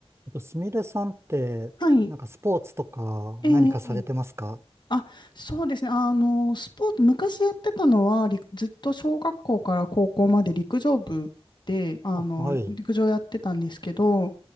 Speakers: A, on the right; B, on the left.
A: あと、すみれさんって、
B: はい。
A: なんかスポーツとか何かされてますか
B: ええあ、そうですね。あの、スポーツ、昔やってたのは、陸ずっと小学校から高校まで陸上部で、あの、
A: あ、はい、
B: 陸上やってたんですけど、